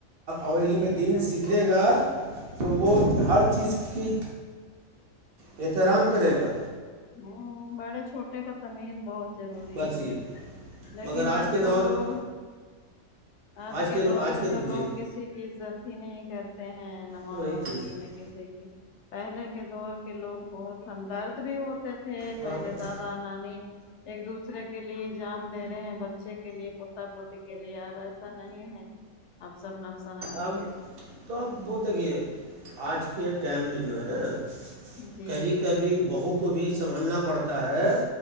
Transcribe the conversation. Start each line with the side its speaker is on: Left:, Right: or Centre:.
Right: اور علم
Left: جی
Right: دین
Left: تب
Right: سیکھنا گا تو وہ ہر چیز کی احترام کرے گا
Left: ہوں بڑے چھوٹے کا تمیز بہت ضروری
Right: بس
Left: ہے
Right: یہ
Left: لیکن
Right: مگر آج
Left: اب
Right: کے دور
Left: تو لوگ
Right: میں
Left: اب
Right: آج
Left: کے دور
Right: رو- آج
Left: میں
Right: کے دن
Left: تو لوگ
Right: جی
Left: کسی کی عزت ا نہیں کرتے ہیں نہ ماں
Right: تو وہی
Left: باپ کی
Right: چیز ہے
Left: نہ کسی کی پہلے کے دور کے لوگ بہت ہمدرد بھی ہوتے تھے
Right: وہاں
Left: پہلے
Right: ہاں
Left: دادا نانی ایک دوسرے کے لیے جان دے رہے ہیں بچے کے لیے پوتا پوتی کے لیے آ بس ایسا نہیں ہے اب سب نفسا نفسی
Right: اب
Left: ہے
Right: تو آپ بولتے کہے آج کے ٹائم میں جو ہے نا
Left: جی
Right: کبھی کبھی بہو کو بھی سنبھلنا پڑتا ہے